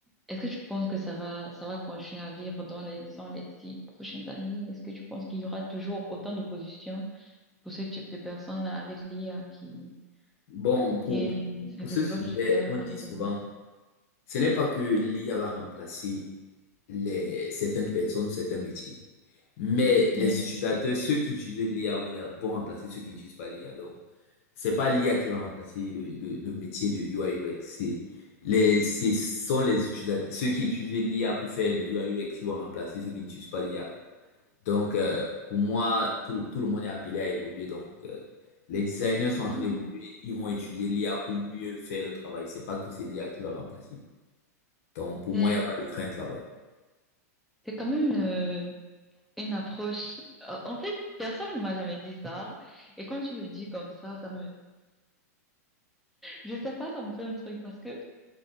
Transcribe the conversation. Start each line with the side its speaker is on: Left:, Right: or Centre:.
Centre: est-ce que tu penses que ça va, ça va continuer à vivre dans les, disons, les dix prochaines années? Est-ce que tu penses qu'il y aura toujours autant de positions? pour ce type de personnes-là avec l'IA qui,
Left: Bon, pour,
Centre: qui
Left: pour,
Centre: se
Left: pour
Centre: développe
Left: ce sujet,
Centre: super
Left: on
Centre: rapidement.
Left: dit souvent, ce n'est pas que l'IA va remplacer les, certaines personnes ou certains métiers. Mais les
Centre: Oui.
Left: utilisateurs, ceux qui utilisent l'IA vont, les- vont remplacer ceux qui n'utilisent pas l'IA. Donc, c'est pas l'IA qui va remplacer le, le- le métier de UI UX. C'est les, ce sont les utilisateurs, ceux qui utilisent l'IA pour faire le UI UX qui vont remplacer ceux qui n'utilisent pas l'IA. Donc, euh, pour moi, tout, le tout le monde est appelé à évoluer. Donc, euh, les designers sont en
Centre: Ah,
Left: train d'évoluer. Ils vont utiliser l'IA pour mieux faire le travail. C'est pas que c'est l'IA qui va remplacer. Donc, pour
Centre: c'est,
Left: moi, il n'y a pas de crainte là-bas.
Centre: c'est quand même euh, une approche. euh, En fait, personne ne m'a jamais dit ça. Et quand tu le dis comme ça, ça me, je sais pas, ça me fait un truc parce que,